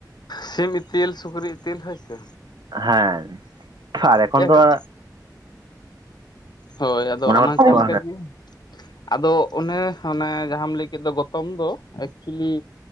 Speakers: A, on the left (about 75°); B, on the right (about 80°).
A: ᱥᱤᱢ ᱤᱛᱤᱞ ᱥᱩᱠᱨᱤ ᱤᱛᱤᱞ ᱦᱳᱭ ᱥᱮ
B: ᱦᱮᱸ ᱟᱨ ᱮᱠᱷᱚᱱ
A: ᱡᱟᱭᱦᱳᱠ
B: ᱫᱚ
A: ᱦᱳᱭ ᱟᱫᱚ
B: ᱚᱱᱟ
A: ᱚᱱᱟᱠᱟᱞᱮᱠᱟ
B: ᱠᱚᱫᱚ
A: ᱜᱮ ᱟᱫᱚ ᱚᱱᱮ ᱚᱱᱮ ᱡᱟᱦᱟᱸᱢ ᱞᱟᱹᱭ ᱠᱮᱫ ᱫᱚ ᱜᱚᱛᱚᱢ ᱫᱚ ᱮᱠᱪᱩᱭᱮᱞᱤ